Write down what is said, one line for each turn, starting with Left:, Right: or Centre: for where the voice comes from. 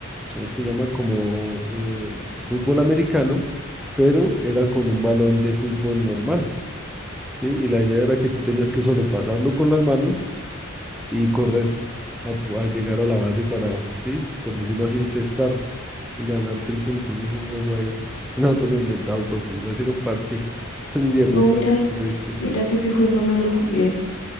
Centre: ¿cómo es que llama? Como eh, fútbol americano, pero era con un balón de fútbol normal, ¿sí? Y la idea era que tú tenías que solo pasarlo con las manos y correr a, pu- a llegar a la base para, ¿sí? Por decirlo así, encestar y ganarte el punto. Eso es un juego ahí. <laughs> Nosotros lo inventamos, por decirlo así, era un parche. <laughs> Y de
Left: No,
Centre: pronto
Left: mira,
Centre: alguien te lo viste.
Left: mira que ese juego no lo jugué.